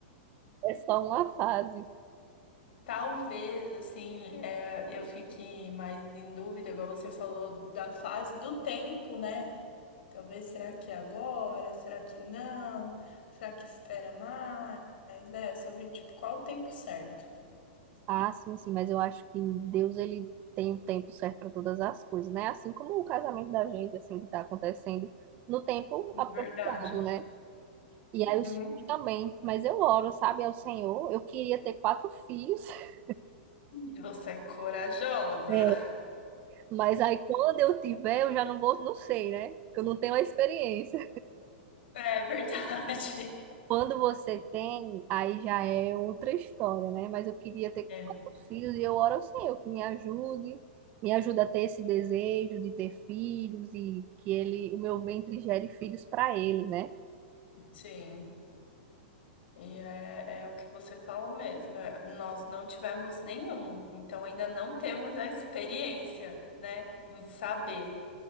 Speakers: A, on the right; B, on the left.
A: É só uma fase.
B: Talvez, assim, é, eu fique mais em dúvida, igual você falou, da fase do tempo, né? Talvez, será que agora? Será que não? Será que espera mais, né? É Sobre, tipo, qual o tempo certo.
A: Ah, sim, sim, mas eu acho que Deus, ele tem o tempo certo para todas as coisas, né? Assim como o casamento da gente, assim, que tá acontecendo no tempo apropriado,
B: Verdade.
A: né? E aí os
B: Hum,
A: filhos também, mas eu oro, sabe, ao Senhor. Eu queria ter quatro filhos, <laughs>
B: e você é corajosa.
A: É.
B: <laughs>
A: mas aí quando eu tiver, eu já não vou, não sei, né? Porque eu não tenho a experiência.
B: É verdade.
A: Quando você tem, aí já é outra história, né? Mas eu queria ter
B: É.
A: quatro filhos e eu oro ao Senhor que me ajude, me ajuda a ter esse desejo de ter filhos e que ele, o meu ventre gere filhos para ele, né?
B: Sim. E é, é o que você falou mesmo. é, Nós não tivemos nenhum, então ainda não temos a experiência, né, em saber.